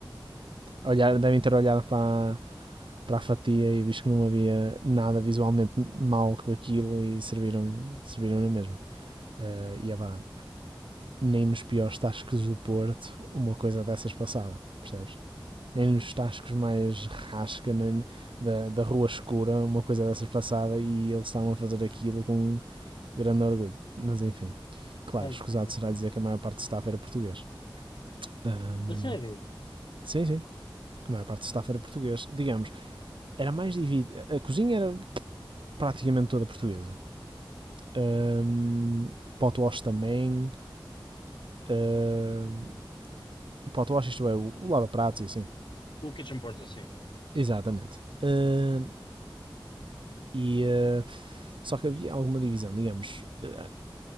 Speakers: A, on the right; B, on the left.
A: olhar, devem ter olhado para, para a fatia e visto que não havia nada visualmente mal com aquilo e serviram, serviram na mesma. Eh, e é pá, nem nos piores tascos do Porto uma coisa dessas passava, percebes? Nem
B: Pois,
A: nos tascos mais rasca nem, da, da rua escura uma coisa dessas passava e eles estavam a fazer aquilo com grande orgulho. Mas enfim, claro,
B: ai,
A: escusado
B: o quê?
A: será dizer que a maior parte do staff era português. Ahm,
B: A sério?
A: sim, sim, a maior parte do staff era português. Digamos, era mais dividida. A cozinha era praticamente toda portuguesa. Um, potwash também. Um, potwash, isto é, o, lava-pratos e assim.
B: O Kitchen Porter, sim.
A: Exatamente. Um, e, uh, só que havia alguma divisão, digamos. ah,